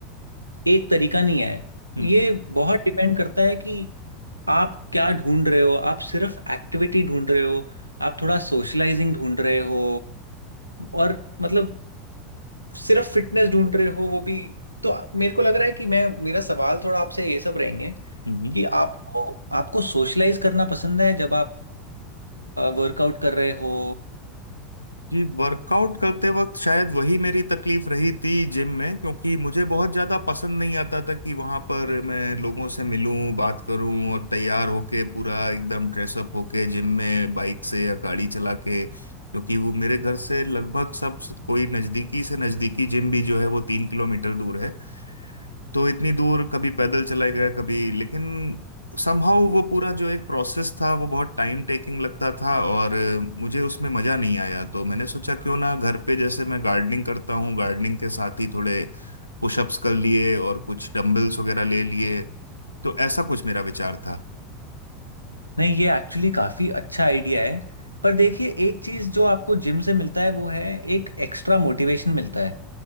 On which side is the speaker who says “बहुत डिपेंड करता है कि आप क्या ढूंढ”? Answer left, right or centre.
Right